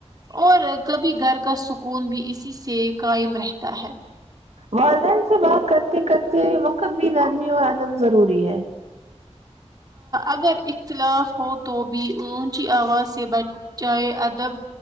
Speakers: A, on the right (about 35°); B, on the right (about 65°).
A: اور کبھی گھر کا سکون بھی اسی سے قائم رہتا ہے
B: والدین سے بات کرتے کرتے وقت بھی نرمی اور ادب ضروری ہے
A: اگر اختلاف ہو تو بھی اونچی آواز سے بات جاہے ادب